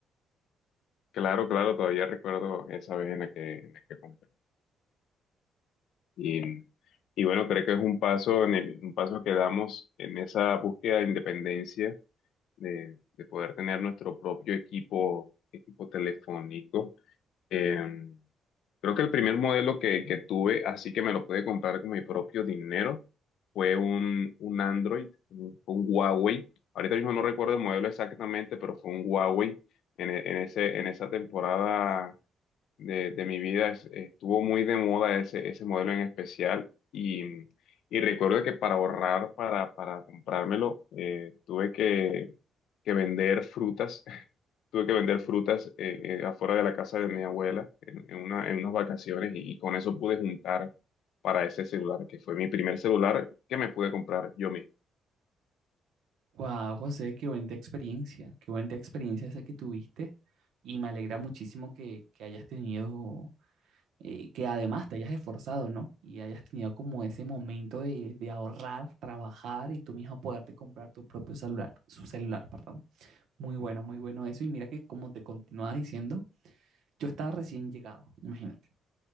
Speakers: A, on the left; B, on the right.
A: Claro, claro, todavía recuerdo esa vez en la que, en la que compré. Y, y bueno, creo que es un paso, en el- un paso que damos en esa búsqueda de independencia, de, de poder tener nuestro propio equipo, equipo telefónico. Eh, creo que el primer modelo que, que tuve, así que me lo pude comprar con mi propio dinero, fue un, un Android, un, un Huawei. Ahorita mismo no recuerdo el modelo exactamente, pero fue un Huawei en, e- en ese, en esa temporada de, de mi vida es- estuvo muy de moda ese, ese modelo en especial y, y recuerdo que para ahorrar, para, para comprármelo, eh, tuve que, que vender frutas, <laughs> tuve que vender frutas eh, eh, afuera de la casa de mi abuela en, en una, en unas vacaciones y, y con eso pude juntar para ese celular, que fue mi primer celular que me pude comprar yo mismo.
B: Wow, José, qué bonita experiencia, qué bonita experiencia esa que tuviste y me alegra muchísimo que, que hayas tenido, eh, que además te hayas esforzado, ¿no? Y hayas tenido como ese momento de, de ahorrar, trabajar y tú mismo poderte comprar tu propio celular, su celular, perdón. Muy bueno, muy bueno eso y mira que como te continuaba diciendo, yo estaba recién llegado, imagínate.